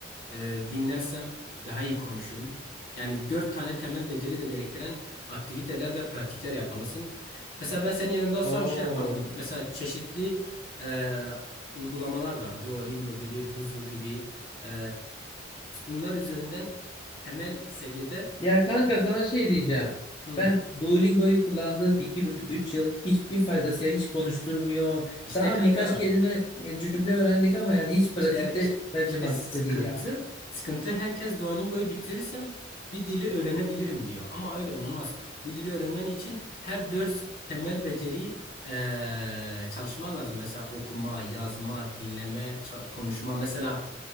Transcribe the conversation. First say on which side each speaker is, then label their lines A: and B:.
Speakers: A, on the left; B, on the left.
A: e, dinlersem daha iyi konuşurum. Yani dört tane temel beceri de gerektiren aktiviteler ve pratikler yapmalısın. Mesela ben senin yanında olsam
B: Oo.
A: şey yapardım. Mesela çeşitli e, uygulamalar var. Duolingo gibi, Buzu gibi. E, bunlar üzerinden temel seviyede
B: Ya kanka
A: e,
B: sana şey diyeceğim.
A: hı.
B: Ben Duolingo'yu kullandığım iki buçuk üç yıl hiçbir faydası ya hiç konuşturmuyor.
A: İşte
B: Tamam
A: kanka
B: birkaç kelime ya cümle öğrendik ama yani hiç pratikte
A: İşte evet işte,
B: bence
A: işte
B: mantıklı
A: sıkıntı
B: değil ya.
A: sıkıntı herkes Duolingo'yu bitirirsem bir dili öğrenebilirim diyor. Ama öyle olmaz. Bir dili öğrenmen için her dört temel beceriyi eee, çalışman lazım. Mesela okuma, yazma, dinleme, ça- konuşma. Mesela